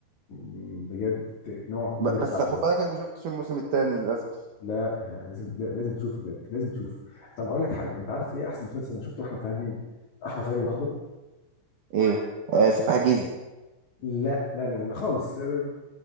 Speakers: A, on the left; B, on the right.
A: مم، بجد نوع الكوميديا
B: ب-
A: بتاعته
B: بس خد
A: برضه
B: بالك انا ما شفتش الموسم الثاني للاسف
A: لا آه، لازم لا لازم تشوفه بجد لازم تشوفه طب اقول لك حاجه انت عارف ايه احسن مسلسل انا شفته احمد فهمي احمد فهمي لوحده
B: ايه آه سفاح جيزة
A: لا لا لا لا خالص ده